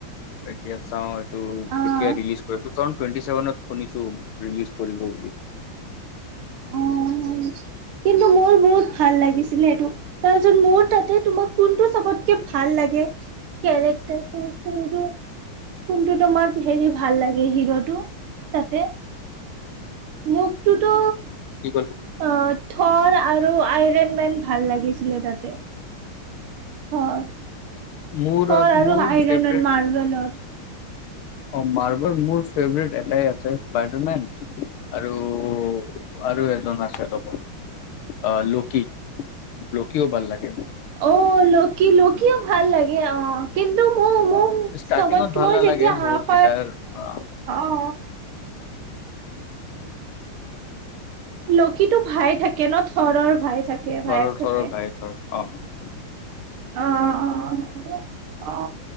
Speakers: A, on the left (about 80°); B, on the right (about 90°).
A: এতিয়া চাওঁ, এইটো
B: অ',
A: কেতিয়া ৰিলিজ কৰে জন টুৱেণ্টি ছেভেনত শুনিছোঁ ৰিলিজ কৰিব বুলি।
B: অ' অ', কিন্তু মোৰ বহুত ভাল লাগিছিলে এইটো, তাৰপিছত মোৰ তাতে তোমাক কোনটো চাপ চবকে ভাল লাগে, কেৰেক্টাৰটো কিন্তু কোনটো তোমাৰ হেৰি ভাল লাগে হিৰোটো তাতে। মুখটোতো
A: কি ক
B: অ, থৰ আৰু আইৰন ন ভাল লাগিছিলে তাতে। থৰ-থৰ
A: মোৰ
B: আৰু
A: মোৰ
B: আইৰন
A: ফেভৰেট
B: মেন মাৰ্বেলত।
A: অ, মাৰ্বেল মোৰ ফেভাৰট এটাই আছে স্পাইডাৰমেন। আৰু আৰু এজন আছে লগ আহ, লকী। লকিও ভাল লাগে।
B: অ, লকী-লকীও ভাল লাগে অ', কিন্তু মই-মই
A: অ' ষ্টাৰ্টিঙত
B: চব
A: ভাল নালাগে
B: যেতিয়া
A: বহুত
B: অ,
A: কেইটাৰ অ'
B: অ, লকীটো ভাইে থাকে ন থৰৰ ভাই থাকে
A: থৰৰ
B: ভায়েক থাকে।
A: থৰৰ ভাই থৰ অ',
B: অ, অ, অ, অ,